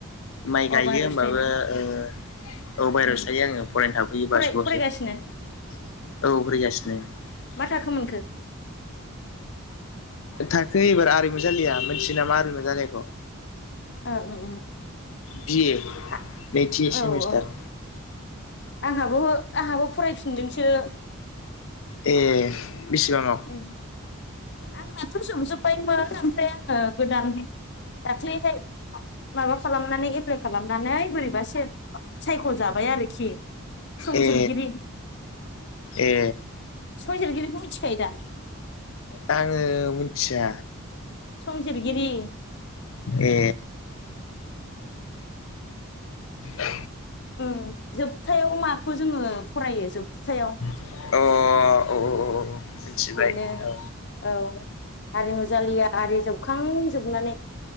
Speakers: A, on the left; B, on the left.
A: माइ गायो
B: अ बाहेरायावसो
A: होमबाबो।
B: थायोना
A: ओ औ बाहेरावसो
B: उम
A: थायो आङो फरायनो थाफैयो
B: फराय
A: बासुगावसो।
B: फरायगासिनो
A: औ फोरैगासिनो ।
B: मा थाखो मोनखो
A: थाखो एबार आरिमु जालिया मिथियो नामा आरिमु जालियाखौ?
B: औ उ उम
A: बिए
B: आ
A: नैथि सेमिस्टार।
B: औ औ आंहाबो आंहाबो फरायफिनदोंसो।
A: ए बेसेबाङाव
B: उम आंनाथ' जोबजोबायमोन ओमफ्राय आङो गोदान दाख्लैहाय माबा खालामनानै एप्लाय खालामनानै बोरैबा सायख'जाबाय आरोखि। संजिरगिरि
A: ए ए
B: संजिरगिरिखौ मिथि खायोदा?
A: आङो मिथिया।
B: संजिरगिरि
A: ए औ
B: उम जोबथायाव माखौ जोङो फरायो जोबथायाव?
A: अ अ औ औ मिथिबाय
B: बेनो
A: औ
B: औ आरिमु जाालिया आरि जोब खांजोबनानै